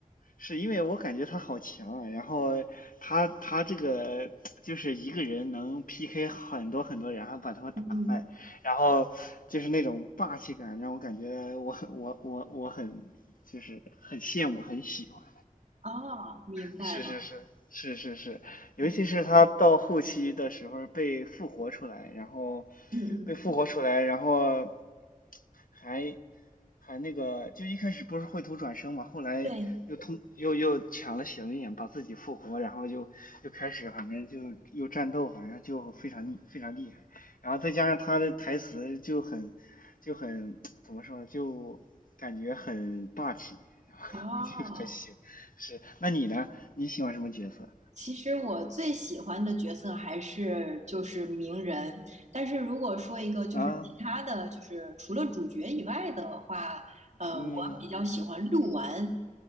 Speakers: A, on the left; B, on the right.
A: 是因为我感觉他好强啊，然后他他这个就是一个人能 PK 很多很多人，然后把他们打败，
B: 嗯嗯，
A: 然后就是那种霸气感，让我感觉我很我我我很就是很羡慕，很喜欢。
B: 哦，明白了。
A: 是是是是是是，尤其是他到后期的时候被复活出来，
B: 嗯
A: 然后
B: 嗯嗯，
A: 被复活出来，然后还还那个，就一开始不是绘图转生嘛，后来又通又又抢了血轮眼，
B: 对，
A: 把自己复活，然后又又开始，反正就又战斗，反正就非常厉非常厉害。然后再加上他的台词就很就很怎么说呢，就感觉很霸气，<laughs>
B: 哦，
A: 就很喜是。那你呢？你喜欢什么角色
B: 其实我最喜欢的角色还是就是鸣人，但是如果说一个就是其他的就是除了主角以外的话，
A: 啊？
B: 呃，
A: 嗯
B: 我比较喜欢鹿丸，